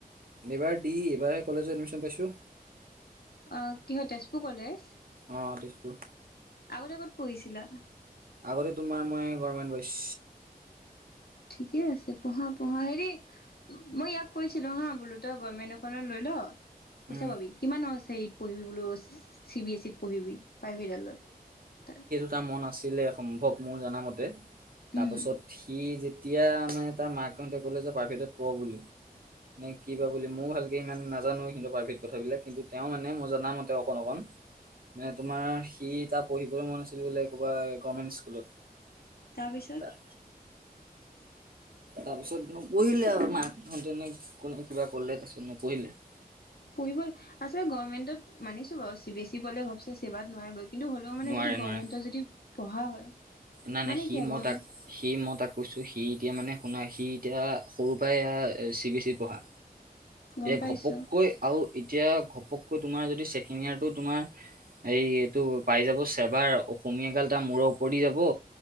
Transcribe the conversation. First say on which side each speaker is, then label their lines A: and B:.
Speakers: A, on the right (about 65°); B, on the left (about 80°).
A: এইবাৰ দি এইবাৰ কলেজত এডমিশ্যন পাইছোঁ।
B: অঁ কি হয় তেজপুৰ কলেজ,
A: অ তেজপুৰ
B: আগতে ক'ত পঢ়িছিলা?
A: আগতে তোমাৰ মই গমেণ্ট বইছ।
B: ঠিকে আছে পঢ়া পঢ়া হেৰি, মই ইয়াক কৈছিলো হা বোলো তই গৰ্মেণ্ট এখনত লৈ ল। পইচা
A: উম
B: পাবি, কিমান হৈছে পঢ়িবলো চি বি এছ ইত, পঢ়িবি প্ৰাই ভেদডালত তাত,
A: টা মন আছিলে সম্ভৱ মই জনামতে তাৰপাছত।
B: উম
A: সি যেতিয়া মানে তাৰ মাকহতে ক'লে যে প্ৰাইভেটত পঢ় বুলি। নে কি বা বুলি ময়ো ভালকে ইমান নাজানো কিন্তু পাৰ্ভেট কথাবিলাক কিন্তু তেওঁ মানে মই জনামতে অকণ অকণ, মানে তোমাৰ সি তাৰ পঢ়িবলৈ মন আছিল বোলে কবা গভৰ্মেণ্ট স্কুলত,
B: তাৰপিছত।
A: তাত তাৰপিছত নপঢ়িলে আৰু মাক হতেনে কোনে কিবা কৰিলে তাৰপিছত নপঢ়িলে।
B: পঢ়িব আচলতে গভমেন্টত মানিছো বাৰু চি বিএছ ই পলে গপছে ছেবাত নোৱাৰে। কিন্তু হ'লেও মানে
A: নোৱাৰে
B: যদি গভমেণ্টত
A: নোৱাৰে
B: যদি পঢ়া হয়।
A: নাই নাই
B: মানে
A: সি
B: কি আৰু
A: মই
B: গভৰ্ণমেণ্ট
A: তাক। সি মই তাক কৈছো সি এতিয়া মানে শুনা সি এতিয়া সৰুৰ পৰাই চি বি এছ ই পঢ়া।
B: গম
A: এ
B: পাইছোঁ
A: ঘপককৈ, আৰু এতিয়া ঘপককৈ তোমাৰ যদি ছেকেণ্ড ইয়েৰটো তোমাৰ। এই এইটো পাই যাব চেবাৰ অসমীয়া গাল তাৰ মূৰৰ ওপৰ দি যাব।